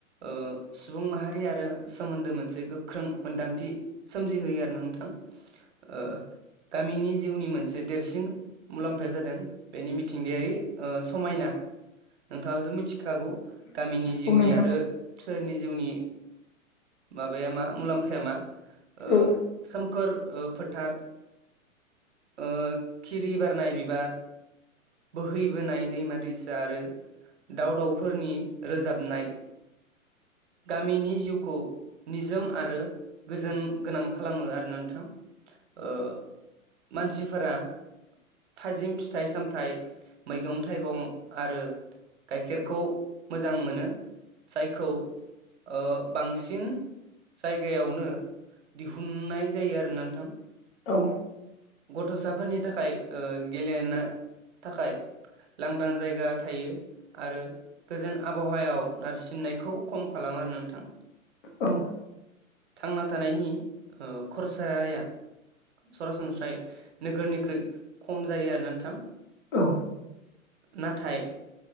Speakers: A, on the right; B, on the left.
A: ओ सुबुं माहारि आ <unintelligible> सोमोन्दो मोनसे गोख्रों मोन्दांथि सोमजिहोयो आरोना नोंथां ओ गामिनि जिउनि मोनसे देरसिन मुलाम्फाया जादों बेनि मिथिंगायारि ओ समायना नोंथाङाबोथ' मिथिखागौ गामिनि जिउनि
B: औ नोंथां
A: आरो सोहेरनि जिउनि माबाया मा मुलाम्फाया मा ओ
B: औ औ
A: सोमखोर ओ फोथार ओ खिरि बारनाय बिबार बोहैबोनाय दैमा दैसा आरो दाव दावउफोरनि रोजाबनाय गामिनि जिउखौ निजोम आरो गोजोन गोनां खालामो आरोना नोंथां। ओ मानसिफोरा थाजिम फिथाइ सामथायाइ मैगं थाइगं आरो गाइखेरखौ मोजां मोनो जायखौ ओ बांसिन जायगायावनो दिहुननाय जायो आरोना नोंथां।
B: औ
A: गथसाफोरनि थाखाय ओ गेलेनो थाखाय लांदां जायगा थायो आरो गोजोन आबहावायाव नारसिननायखौ खम खाला <unintelligible> नोंथां
B: औ
A: थांना थानायनि ओ खरसाया सरासनस्रायै नोगोरनिख्रुइ खम जायो आरोना नोंथां
B: औ
A: नाथाय